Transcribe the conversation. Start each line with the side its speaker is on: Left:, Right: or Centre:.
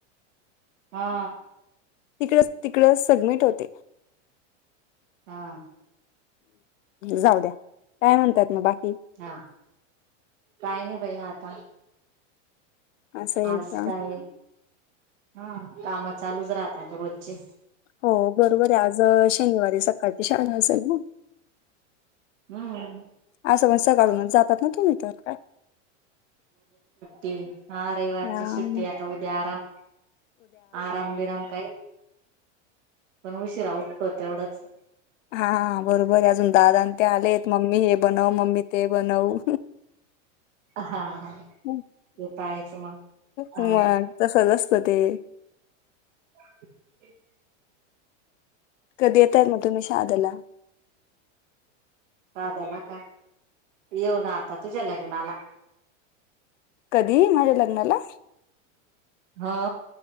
Right: हा.
Left: तिकड तिकड सगमिट होते
Right: हा
Left: जाऊ द्या काय म्हणतात मग बाकी
Right: हा काय नाही भाई आता
Left: असं आहे
Right: आज
Left: का
Right: काय हा काम चालूच राहतात रोजचे
Left: हो बरोबर आहे आज शनिवारी सकाळची शाळा असेल ना
Right: हम्म.
Left: असं मण स काढूनच जातात ना तुम्ही तर काय
Right: ते. हा रविवारची
Left: राम
Right: सुट्टी आता उद्या आराम आराम बराम काय. पण उशीिरा उठतो तेवढंच.
Left: हा बरोबर आहे अजून दादा ते आलेत मम्मी हे बनव मम्मी ते बनव.
Right: हा हा
Left: हं.
Right: यतायच मग हा.
Left: मग <unintelligible>
Right: रिकामा ऑडिओ
Left: कधी येतय म तुमी शादीला?
Right: <unintelligible> येऊ ना आता तुझ्या लग्नाला.
Left: कधी माझ्या लग्नाला.
Right: ह